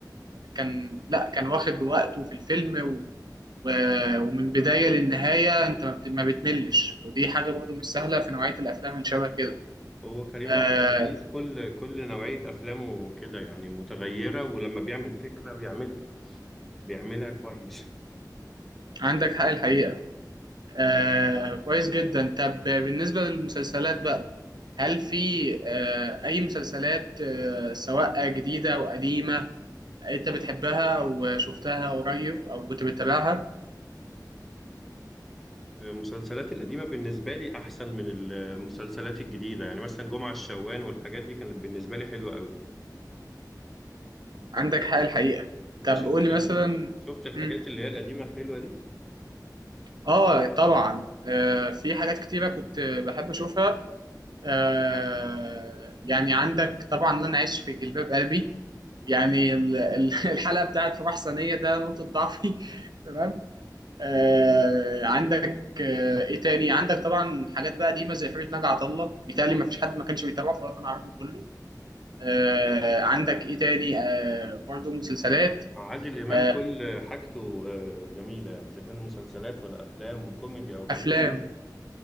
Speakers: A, on the right; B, in the centre.
A: كان لا كان واخد وقته في الفيلم و و- ومن بداية للنهاية انت ما بت- ما بتملش ودي حاجة برضو مش سهلة في نوعية الافلام اللي شبه كده
B: هو كريم
A: آه،
B: عبد العزيز كل كل نوعيه افلامه كده يعني متغيره ولما بيعمل فكره بيعمل بيعملها كويس
A: عندك حق الحقيقة آه، كويس جدا طب بالنسبة للمسلسلات بقى هل في آه، أي مسلسلات آه، سواء جديدة أو قديمة أنت بتحبها وشفتها قريب أو كنت بتتابعها؟
B: المسلسلات القديمه بالنسبه لي احسن من المسلسلات الجديده يعني مثلا جمعه الشوان والحاجات دي كانت بالنسبه لي حلوه قوي
A: عندك حق الحقيقة
B: انت
A: طب
B: شفت
A: قول لي
B: ال...
A: مثلا
B: شفت الحاجات
A: مم.
B: اللي هي القديمه الحلوه دي
A: آه طبعا آه، في حاجات كتيرة كنت بحب أشوفها آه، يعني عندك طبعا لن أعيش في جلباب قلبي يعني ال- ال- <laughs> الحلقه بتاعت في محسنيه ده نقطه ضعفي <laughs> تمام آه عندك آه ايه تاني عندك طبعا حاجات بقى قديمه زي فرقه ناجي عطا الله بيتهيألي ما فيش حد ما كانش بيتابعه في الوطن العربي كله آه عندك ايه تاني آه برضو مسلسلات
B: مع عادل إمام
A: آه
B: كل حاجته آه، جميلة يعني إذا كان مسلسلات ولا أفلام وكوميدي أو غير
A: افلام
B: كوميدي